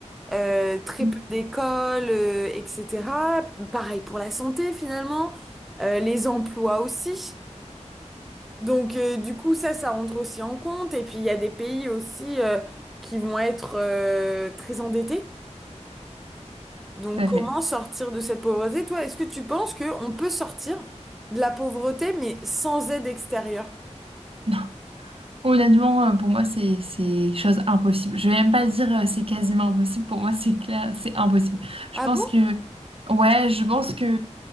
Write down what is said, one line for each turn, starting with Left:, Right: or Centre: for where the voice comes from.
Centre: euh, très
Right: mm,
Centre: peu d'écoles, euh, etc. Pareil pour la santé, finalement, Euh, les emplois aussi. Donc, euh, du coup, ça, ça rentre aussi en compte. Et puis, il y a des pays aussi euh, qui vont être euh, très endettés. Donc,
Right: tout à
Centre: comment
Right: fait.
Centre: sortir de cette pauvreté? Toi, est-ce que tu penses qu'on peut sortir de la pauvreté, mais sans aide extérieure?
Right: Non. Honnêtement, euh, pour moi, c'est c'est chose impossible. Je vais même pas dire euh, c'est quasiment impossible. Pour moi, c'est clair, c'est impossible. Je
Centre: Ah
Right: pense
Centre: bon?
Right: que ouais, je pense que